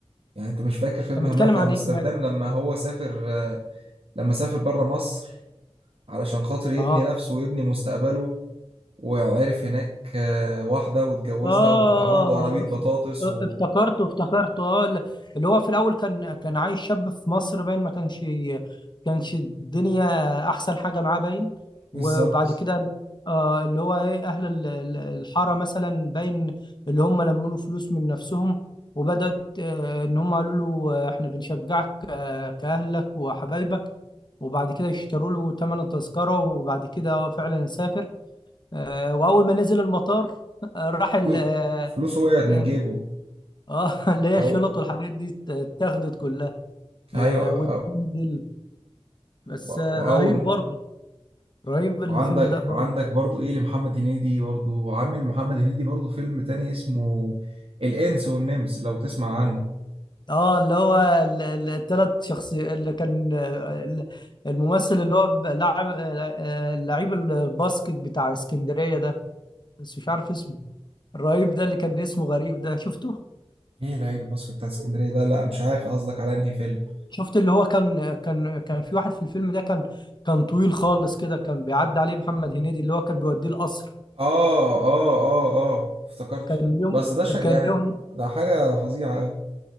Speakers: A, on the right; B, on the left.
A: يعني انت مش فاكر فيلم
B: كان
A: همام
B: بيتكلم
A: في
B: عن
A: امستردام
B: ايه
A: لما هو سافر آه، لما سافر بره مصر علشان خاطر يبني
B: اه
A: نفسه ويبني مستقبله وعرف هناك آه، واحده واتجوزها
B: اه
A: وبقى عنده عربيه بطاطس
B: اف- افتكرته
A: و...
B: افتكرته اه ال- اللي هو في الاول كان كان عايش شاب في مصر باين ما كانش كانش الدنيا احسن حاجه معاه باين وبعد
A: بالظبط
B: كده آه اللي هو ايه اهل ال- ال- الحاره مثلا باين اللي هم لموا له فلوس من نفسهم وبدات آه ان هم قالوا له آه، احنا بنشجعك آه كاهلك وحبايبك وبعد كده يشتروا له ثمن التذكره وبعد كده فعلا سافر آه، واول ما نزل المطار آه، راح
A: فلو-
B: ال اه
A: فلوسه وقعت من
B: ال-
A: جيبه
B: آه، <laughs> اللي هي
A: او
B: الشنط والحاجات دي ات- اتاخدت كلها
A: ايوه
B: آه، واتبهدل
A: أو...
B: بس
A: وأول
B: آه، رهيب برضه رهيب
A: وعندك
B: الفيلم ده برضه
A: عندك برضو ايه لمحمد هنيدي برضو عامل محمد هنيدي برضو فيلم تاني اسمه الانس والنمس لو تسمع عنه
B: اه اللي هو الثلاث شخصيات اللي كان آه، ال- الممثل اللي هو ب- لاعب آه، آه، لعيب الباسكت بتاع اسكندرية ده بس مش عارف اسمه الرهيب ده اللي كان اسمه غريب ده شفته
A: ايه لعيب الباسكت بتاع اسكندريه ده لا مش عارف قصدك على انهي فيلم
B: شفت اللي هو كان كان كان في واحد في الفيلم ده كان كان طويل خالص كده كان بيعدي عليه محمد هنيدي اللي هو كان بيوديه القصر
A: اه اه اه اه افتكرته
B: كان ليهم
A: بس ده شيء
B: كان
A: يعني
B: ليهم
A: ده حاجه فظيعه قوي